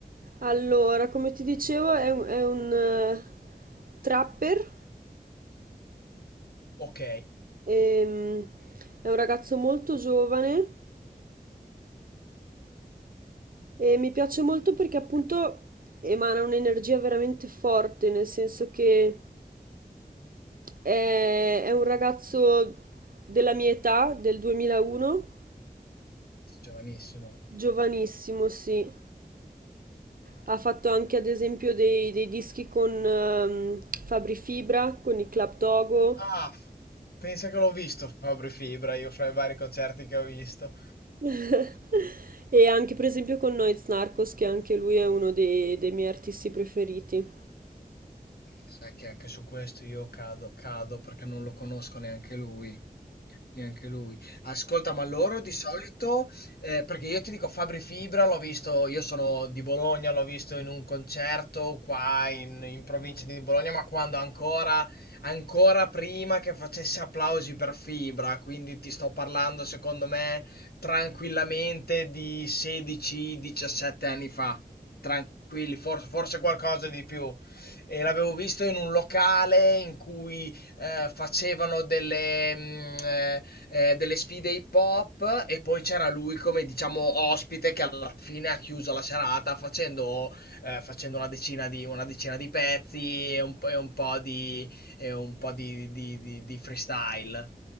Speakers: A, on the right; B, on the left.
A: Allora, come ti dicevo, è un, è un, eh, trapper.
B: Ok.
A: Ehm, è un ragazzo molto giovane e mi piace molto perché appunto emana un'energia veramente forte, nel senso che È, è un ragazzo della mia età, del 2001,
B: Giovanissimo.
A: giovanissimo, sì. Ha fatto anche ad esempio dei, dei dischi con ehm, Fabri Fibra, con i Club Dogo
B: Ah, f- pensa che l'ho visto Fabri Fibra, io fra i vari concerti che ho visto.
A: <laughs> e anche per esempio con Noyz Narcos, che anche lui è uno dei, dei miei artisti preferiti.
B: Sai che anche su questo io cado, cado perché non lo conosco neanche lui. Neanche lui. Ascolta, ma loro di solito, eh, perché io ti dico Fabri Fibra, l'ho visto, io sono di Bologna, l'ho visto in un concerto qua in, in provincia di Bologna, ma quando ancora, ancora prima che facesse applausi per Fibra, quindi ti sto parlando, secondo me, tranquillamente di 16-17 anni fa. Tranquilli, forse, forse qualcosa di più. E l'avevo visto in un locale in cui eh, facevano delle, mm, eh, eh, delle sfide hip hop e poi c'era lui come diciamo ospite che alla fine ha chiuso la serata facendo, eh, facendo una decina di, una decina di pezzi e un, e un po' di, e un po' di, di- di- di freestyle.